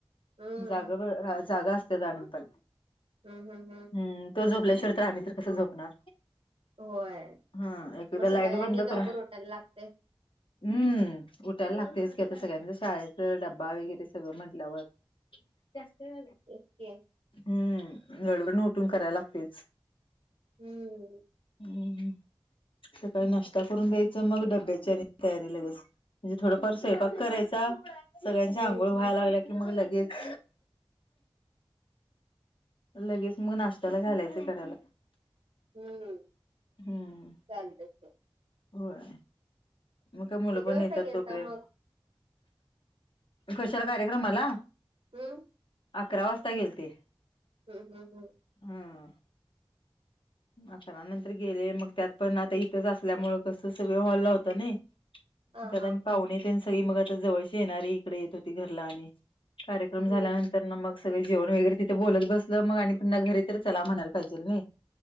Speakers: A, on the right; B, on the left.
A: हम्म
B: जागा बर जागा असतेत आम्ही पण
A: हम् हम हम
B: हम् तो झोपल्याशिवाय तर आम्ही तर कसं झोपणार?
A: होय
B: हा एकदा
A: म
B: लाईट
A: सकाळ
B: बंद
A: आणि लवकर
B: करून
A: उठायला लागतय
B: हम्म उठायला लागतयच की आता सगळ्यांच शाळेच डब्बा वगैरे सगळं म्हटल्यावर जास्त झा
A: ए के
B: हम्म गडबडीनं उठून करायला लागतयच
A: हम्म
B: हम्म सकाळी नाश्ता करून द्यायचं मग डबे तयारी लगेच म्हणजे थोडफार स्वयंपाक करायचा सगळ्यांच्या
A: हम्म
B: आंघोळ व्हाय लागल्या की मग लगेच लगेच मग नाश्त्याला घालायचं करायला‌
A: हम्म
B: हम्म
A: चालतय <unintelligible>
B: होय मग काय मुलं
A: किती
B: पण
A: वाजता
B: येतात
A: गेलता
B: तोपर्यंत
A: मग
B: कशाला कार्यक्रमला?
A: हम्
B: अकरा वाजता गेलते
A: हम् हम् हम
B: हं अकरा नंतर गेले मग त्यात पण आता इथंच असल्यामुळे कस सगळ हॉलला होतंनय
A: हा
B: त्याता
A: हा
B: आणि पाहुणेे ते सगळी मग आता जवळची येणारी इकडे येत होती घरला आणि कार्यक्रम झाल्यानंतर
A: हम्म
B: तर ना मग सगळ जेवण वगैरे तिथे बोलत बसलो मग आणि त्यांना घरी तर चला म्हणायला पाहिजेल नय